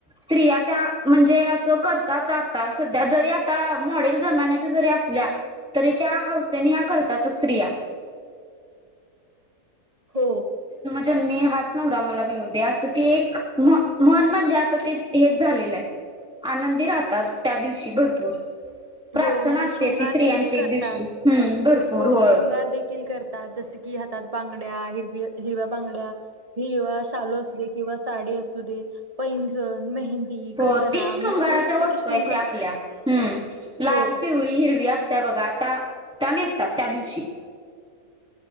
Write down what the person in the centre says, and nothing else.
स्त्रिया त्या म्हणजे असं करतात आता सध्या जरी आता मॉडेल जमान्याच्या जरी असल्या तरी त्या हौसेने या् करतात स्त्रिया
जन्मी हाच नवरा मला मिळू दे असं त एक म्हन म्हणजे आता ते हेच झालेलं आहे आनंदी राहतात त्या दिवशी भरपूर प्रार्थना
असते
ती स्त्रियांची
एक दिवशी हम्म भरपूर
होय.
हो
तीन शृंगाराच्या
वस्तू
आहेत त्या आपल्या हम्म लाल,
पिवळी, हिरवी असत्या बघा आता त्या नेसतात त्या दिवशी शी